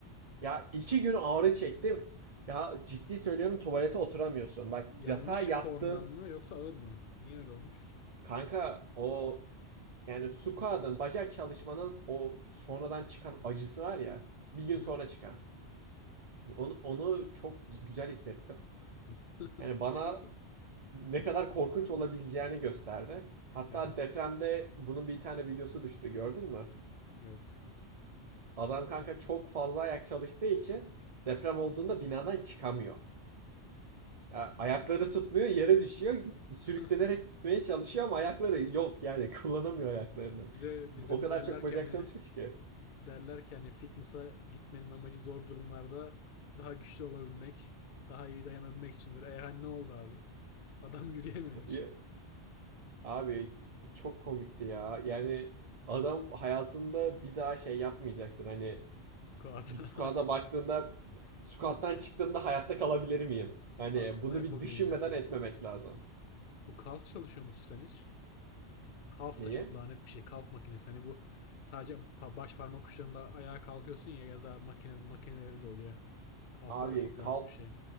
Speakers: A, on the right; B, on the left.
A: Ya iki gün ağrı çektim. Ya ciddi söylüyorum tuvalete oturamıyorsun. Bak
B: Yanlış
A: yatağa yattın.
B: formdan mı yoksa ağır mı? Niye öyle olmuş?
A: Kanka o yani squat'ın bacak çalışmanın o sonradan çıkan acısı var ya. Bir gün
B: Hı hı.
A: sonra çıkan. Onu, onu çok güzel hissettim.
B: <laughs>
A: Yani bana ne kadar korkunç olabileceğini gösterdi. Hatta
B: Evet,
A: depremde bunun bir tane videosu düştü gördün mü?
B: yok.
A: Adam kanka çok fazla ayak çalıştığı için deprem olduğunda binadan çıkamıyor. Ya ayakları tutmuyor, yere düşüyor. Sürüklenerek
B: <laughs>
A: gitmeye çalışıyor ama ayakları yok yani <laughs> kullanamıyor ayaklarını.
B: Bir de bizim
A: O kadar
B: derler
A: çok bacak
B: ki hani
A: çalışmış ki.
B: derler ki hani fitness'a gitmenin amacı zor durumlarda daha güçlü olabilmek, daha iyi dayanabilmek içindir. E hani ne oldu abi? Adam yürüyememiş
A: Ya- Abi çok komikti ya. Yani adam hayatında bir daha şey yapmayacaktır. Hani
B: squat'a.
A: bir squat'a
B: <laughs>
A: baktığında squat'tan çıktığımda hayatta kalabilir miyim? Hani
B: Aklına
A: bunu
B: hep
A: bir
B: o
A: düşünmeden
B: gelecek ya.
A: etmemek lazım.
B: Bu calf çalışıyor musun sen hiç? Calf
A: Neyi?
B: da çok lanet bir şey. Calf makinesi. Hani bu sadece pa- baş parmak uçlarında ayağa kalkıyorsun ya ya da makine makineleri de oluyor. Calf'lar
A: Abi
B: da çok
A: kalk
B: lanet bir şey.